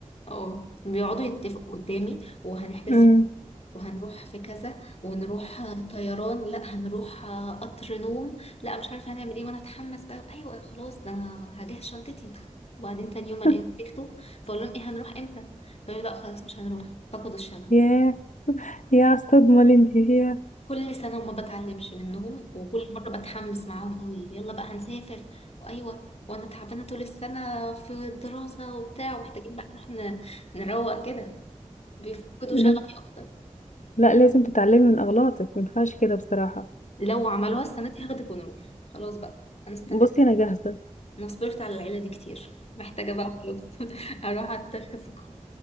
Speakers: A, on the left (about 55°); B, on the left (about 75°).
A: اه بيقعدوا يتفقوا قدامي وهنحجز
B: امم
A: وهنروح في كذا ونروح آه، طيران لا هنروح آه، قطر نوم لا مش عارفه هنعمل ايه وانا اتحمس بقى ايوه خلاص ده انا هجهز شنطتي وبعدين تاني يوم الاقيهم
B: <laughs>
A: سكتوا فاقول لهم ايه هنروح امتى فيقولوا لا خلاص مش هنروح فقدوا الشغف
B: ياه يا الصدمة اللي انت فيها
A: كل سنه وما بتعلمش منهم وكل مره بتحمس معاهم قوي يلا بقى هنسافر وايوه وانا تعبانه طول السنه في الدراسه وبتاع ومحتاجين بقى نروح ن- نروق كده بيفقدوا
B: لاز-
A: شغفي اكتر
B: لا لازم تتعلمي من أغلاطك ما ينفعش كده بصراحة
A: لو عملوها السنة دي هاخدك ونروح خلاص بقى انا استنيت
B: بصي أنا جاهزة
A: انا صبرت على العيلة دي كتير <laughs> محتاجة بقى خلاص <laughs> اروح اتخذ ق-